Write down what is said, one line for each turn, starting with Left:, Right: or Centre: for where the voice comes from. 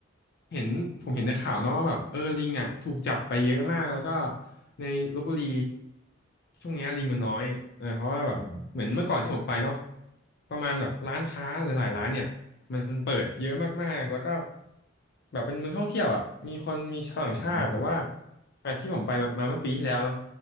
Left: เห็นผมเห็นในข่าวนะว่าแบบเออลิงอ่ะถูกจับไปเยอะมากแล้วก็ในลพบุรีช่วงเนี้ยลิงมันน้อยเออเพราะว่าแบบเหมือนเมื่อก่อนที่ผมไปเนาะ
Centre: อืม
Left: ประมาณแบบร้านค้าหลายๆร้านเนี่ยมันเปิดเยอะมากๆแล้วก็แบบเป็นเมืองท่องเที่ยวอ่ะมีคนมีชาวต่างชาติแต่ว่า
Centre: อื
Left: อ่ะที่ผมไปมามาเมื่อปีที่แล้วเนาะ